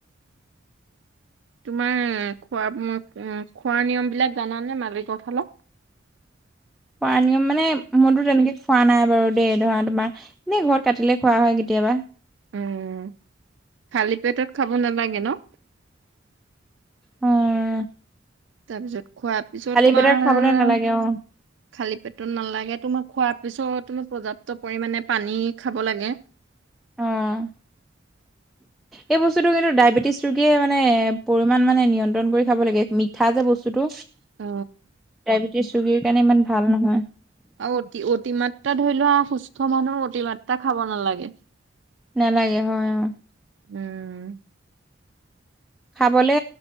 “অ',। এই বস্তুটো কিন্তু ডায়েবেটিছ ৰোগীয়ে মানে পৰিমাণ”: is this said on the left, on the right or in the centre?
Centre